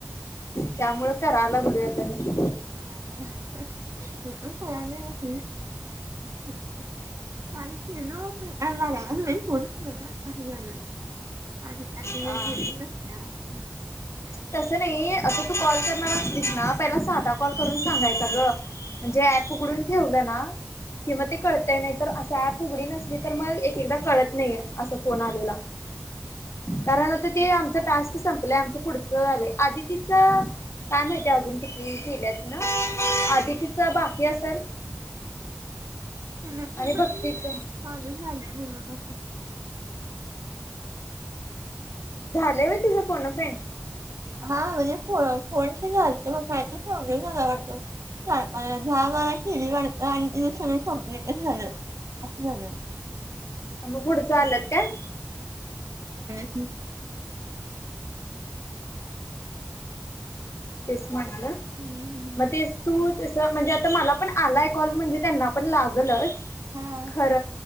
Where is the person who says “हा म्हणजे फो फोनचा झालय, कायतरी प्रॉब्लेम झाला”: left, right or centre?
Right